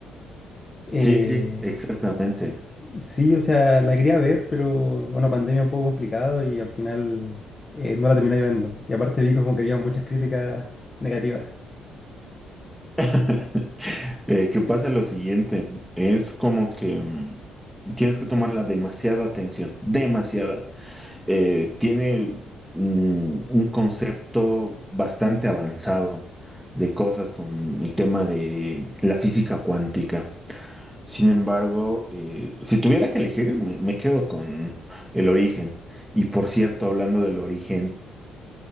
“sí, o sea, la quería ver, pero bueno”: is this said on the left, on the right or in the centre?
Left